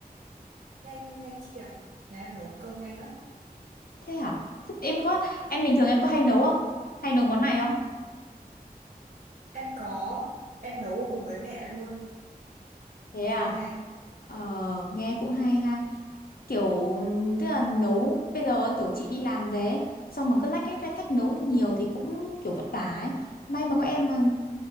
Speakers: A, on the right; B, on the left.
A: nhanh nhanh chị ạ nhà em nấu cơm nhanh lắm
B: thế hả thế em có em bình thường em có hay nấu không hay nấu món này không
A: em có em nấu cùng với mẹ luôn
B: thế à
A: cho nhanh
B: Ờ, nghe cũng hay ha kiểu ừm, tức là nấu bây giờ ấy, kiểu chị đi làm về ấy, xong mà cứ lách cách lách cách nấu nhiều thì cũng kiểu vất vả ấy may mà có em
A: Ừ.
B: mà